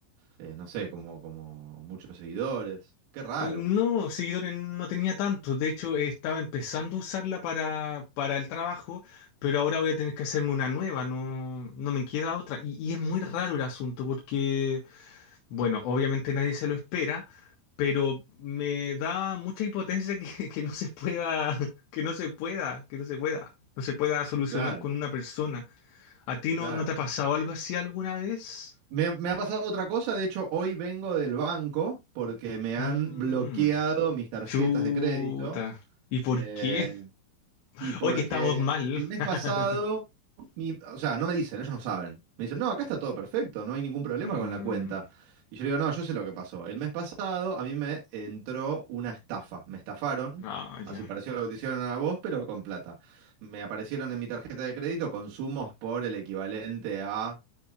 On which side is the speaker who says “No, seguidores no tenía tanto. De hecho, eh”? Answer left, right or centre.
Left